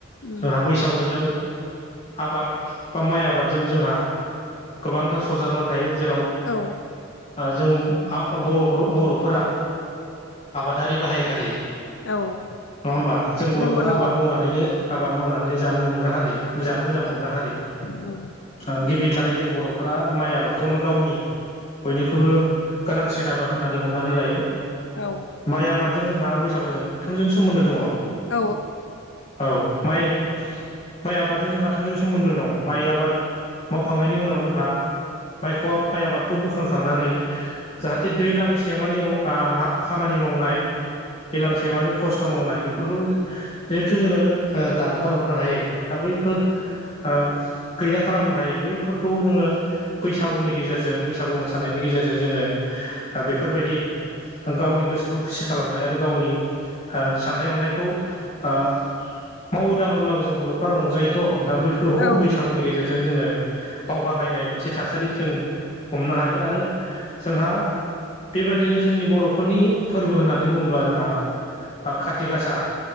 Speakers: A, on the left (about 65°); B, on the left (about 30°).
A: उम
B: जोंहा बैसाग सागुजों आबाद बा माइ आबादजों जोंहा गोबांथार सरजाबनानै थायो जेराव
A: औ
B: आ जों आ बर बर'फोरा दारि गाहाय हारि
A: औ
B: नङा होमबा जों बर'फ्रा
A: नंगौ नंगौ
B: आबाद मावनानैनो आबाद मावनानैनो जानो मोनग्रा हारि जानो मोजां मोनग्रा हारि
A: औ
B: ओ गिबिथारै जों बर'फोरा माइ आबादखौनो गावनि बयनिख्रुइबो गोनांसिन आबाद होननानै हमनानै लायो।
A: औ
B: माइ आबादजों जोंहा बैसागुजों थोंजों सोमोन्दो दङ।
A: औ
B: औ माइ माइ आबादजों जोंहा थोंजों सोमोन्दो दं माइ आबाद मावखांनायनि उनाव जोंहा माइखौ माइ आबादखौ बोखांखांनानै जाहाथे दैलां सेमानि रं आ खामानि माव माइ दैलांसेमानि खस्थ' मावनाय बेफोरखौ जिहेथु जोङो ओ दानगार हरनो हायो दा बैफोर आ गैया खालामनो हायो बैफोरखौ जोङो बैसागुनि गेजेरजों बैसागु मोसानायनि गेजेरजों जोङो बेफोरबायदि गावनि गोसोखौ खुसि खालामनाय आरो गावनि आ साननाय हनायखौ आ मावो दाङोब्लाबो जों बर'फ्रा रंजायोथ' दा बै
A: औ
B: बैसागुनि गेजेरजों जोङो बावगारलायनाय मोनसे थासारि जों हमनो हायो आरो जोंहा बेबादिनो जोंनि बर'फोरनि फोर्बो होननानै बुङोब्ला जोंहा खाथि गासा